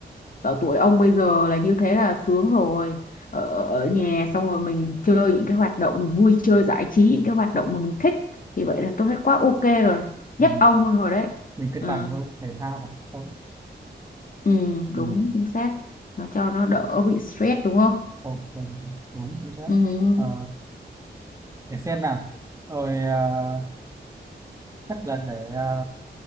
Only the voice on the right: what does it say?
ừ.
mình cân
bằng thôi thể thao và cuộc sống
ừ.
ok đúng chính xác
ờ, để xem nào rồi ờ, chắc là để ờ,